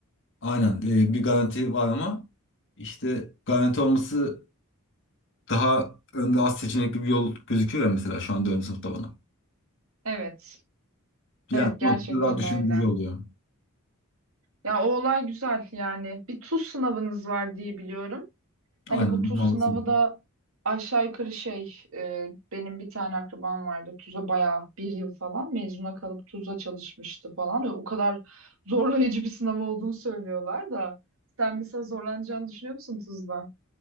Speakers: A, on the left; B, on the right.
A: aynen e, bir garanti var ama işte garanti olması daha önde az seçenekli bir yol gözüküyor ya mesela şu an 4. sınıfta bana.
B: Evet.
A: Yani
B: Evet gerçekten
A: bu noktada daha düşündürücü
B: öyle.
A: oluyor.
B: Ya o olay güzel yani. Bir tuz sınavınız var diye biliyorum. Hani
A: Aynen.
B: bu tuz
A: mantıklı.
B: sınavı da aşağı yukarı şey e, benim bir tane akrabam vardı tuza bayağı bir yıl falan mezuna kalıp tuza çalışmıştı falan. O kadar zorlayıcı bir sınav olduğunu söylüyorlar da sen mesela zorlanacağını düşünüyor musun tuzda?